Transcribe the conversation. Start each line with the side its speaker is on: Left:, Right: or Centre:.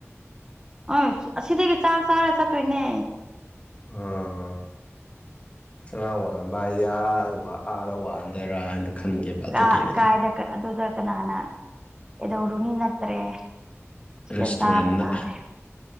Right: ꯑꯥꯥꯣꯢ ꯑꯁꯤꯗꯒꯤ ꯆꯥꯛ ꯆꯥꯔ ꯆꯠꯇꯣꯏꯅꯦ
Left: ꯑꯥ ꯑꯥ ꯑꯥ ꯆꯔꯥ ꯋꯥꯟꯕ ꯑꯥ ꯑꯥꯗ ꯋꯥꯟꯗꯣꯏꯔꯥ ꯍꯥꯏꯅ ꯈꯟꯈꯤꯕ
Right: ꯀ
Left: ꯑꯗꯨꯒꯤꯅꯤꯗ
Right: ꯀꯥꯏꯗ ꯑꯗꯨꯗ ꯀꯅꯥꯅ ꯀꯩꯗꯧꯔꯨꯅꯤ ꯅꯠꯇ꯭ꯔꯦ ꯁꯤꯗ
Left: ꯔꯦꯁꯇꯨꯔꯦꯟꯗ
Right: ꯆꯥꯕ ꯇꯥꯔꯦ